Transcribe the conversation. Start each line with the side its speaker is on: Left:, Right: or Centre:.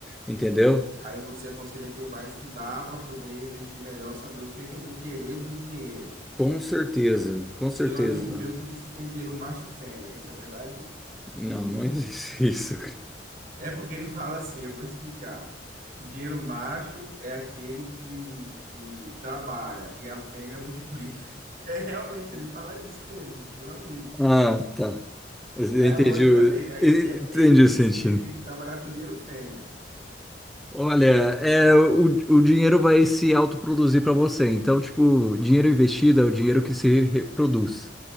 Centre: entendeu?
Right: Aí você aconselha que eu vá estudar para poder investir melhor, saber o que é que eu vou querer do dinheiro.
Centre: Com certeza, com certeza.
Right: Tem um amigo meu que diz que tem dinheiro macho e fêmea, isso é verdade?
Centre: Não, não existe <laughs> isso.
Right: É porque ele <laughs> fala assim, eu vou explicar. Dinheiro macho é aquele que, que trabalha e a fêmea multiplica. <laughs> É realmente, ele fala isso mesmo, meu amigo.
Centre: Ah, tá. Eu
Right: É
Centre: entendi,
Right: a lógica
Centre: o-
Right: dele. Aí
Centre: entendi
Right: ele, é- ele diz
Centre: o sentido.
Right: assim que ele tem que trabalhar com dinheiro fêmea.
Centre: Olha, é, o, o dinheiro vai se autoproduzir para você. Então, tipo, dinheiro investido é o dinheiro que se reproduz.